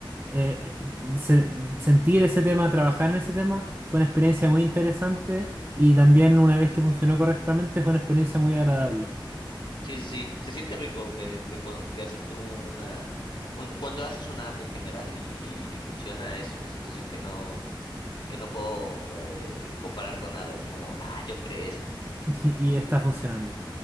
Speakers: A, on the right; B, on the left.
A: eh, se- sentir ese tema, trabajar en ese tema, fue una experiencia muy interesante y también una vez que funcionó correctamente fue una experiencia muy agradable
B: Sí, sí, sí. Se siente rico que, que, cu- que haces tú una... un- cuando haces una app en general y, y, y funciona, es una sensación que no, que no puedo eh, comparar con nada. Es como, ah, yo creé esto.
A: <laughs> y está funcionando.